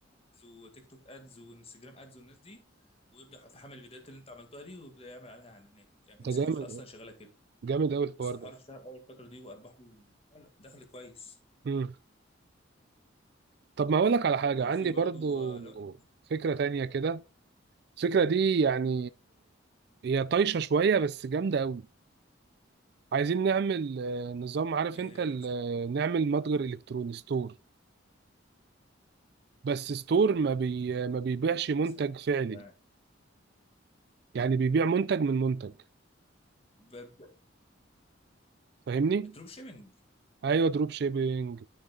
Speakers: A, on the left; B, on the right.
A: ادز وتيك توك ادز وانستجرام ادز والناس دي ويبدا يتحمل الفيديوهات اللي انت عملتها دي ويبدا يعمل عليها اعلانات يعني في
B: ده
A: ناس
B: جامد
A: كتير اصلا شغاله كده
B: جامد قوي الحوار
A: بس الحوار
B: ده
A: اشتهر اول فتره دي وارباحه دخل كويس
B: امم طب ما اقول لك على حاجه
A: وفي
B: عندي
A: برضو
B: برضو
A: آه، لو انت
B: فكره تانية كده الفكرة دي يعني هي طايشة شوية بس جامدة قوي عايزين نعمل آه، نظام عارف
A: ايه
B: انت ال-
A: ده صح
B: آه، نعمل متجر الكتروني ستور بس ستور ما بي آه، ما بيبيعش منتج
A: صدق
B: فعلي
A: انت
B: يعني بيبيع منتج من منتج
A: ب- ب-
B: فاهمني
A: دروب شيبنج
B: ايوه دروب شيبينج